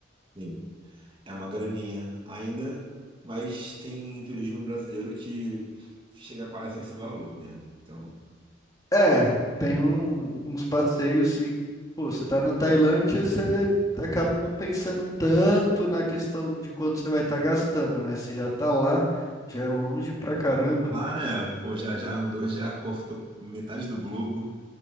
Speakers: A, on the right; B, on the left.
A: Sim, é uma graninha ainda, mas tem turismo brasileiro que chega quase esse valor mesmo. Então,
B: É, tem um- uns passeios e, pô, você tá na Tailândia, você acaba não pensando tanto na questão de quanto você vai estar gastando, né? Você já tá lá, já é longe pra caramba.
A: lá, né? Pô, já, já andou, já cortou metade do globo.